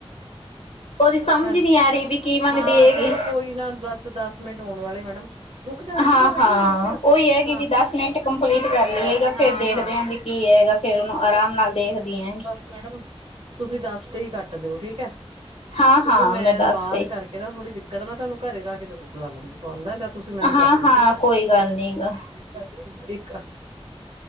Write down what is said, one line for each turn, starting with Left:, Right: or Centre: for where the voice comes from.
Left: ਉਹਦੀ ਸਮਝ
Right: ਹੈ
Left: ਨਹੀਂ ਆ ਰਹੀ ਵੀ ਕੀ ਮੰਗਦੀ
Right: ਹਾਂ
Left: ਹੈਗੀ
Right: ਚਲੋ ਕੋਈ ਨਾ ਬਸ ਦਸ ਮਿੰਟ ਹੋਣ ਵਾਲੇ ਮੈ। ਰੁਕ ਜਾ ਰੁਕਦਾ
Left: ਹਾਂ
Right: ਬਈ
Left: ਹਾਂ
Right: ਰੁਕਦਾ
Left: ਉਹੀ ਹੈਗੀ
Right: ਹਾਂ
Left: ਵੀ ਦਸ ਮਿੰਟ ਕੰਪਲੀਟ ਕਰ ਲਈਏਗਾ
Right: ਹਾਂ
Left: ਫੇਰ ਦੇਖਦੇ
Right: ਹਾਂ।
Left: ਵੀ ਕੀ ਹੈਗਾ ਫੇਰ
Right: ਸਹੀ
Left: ਉਹਨੂੰ
Right: ਗੱਲ
Left: ਆਰਾਮ
Right: ਹੈ
Left: ਨਾਲ ਦੇਖਦੀ ਹੈਗੀ
Right: ਬਸ ਮੈਡਮ। ਤੁਸੀਂ ਦੱਸ ਤੇ ਹੀ ਕੱਟ ਦਿਓ ਠੀਕ ਹੈ।
Left: ਹਾਂ
Right: ਕਿਉਂਕਿ
Left: ਹਾਂ
Right: ਮੈਂ
Left: ਦੱਸ
Right: ਬਾਹਰ
Left: ਤੇ
Right: ਕਰਕੇ ਨਾ ਥੋੜ੍ਹੀ ਦਿੱਕਤ ਆ ਮੈਂ ਤੁਹਾਨੂੰ ਘਰੇ ਜਾ ਕੇ ਜ਼ਰੂਰ ਲਾ ਲੂੰਗੀ ਕੋਲ। ਤੁਸੀਂ ਮੈਨੂੰ
Left: ਹਾਂ
Right: ਕਰ ਲਿਉ
Left: ਹਾਂ
Right: ਠੀਕ ਹੈ
Left: ਕੋਈ ਗੱਲ ਨੀ ਗਾ
Right: ਇੱਕ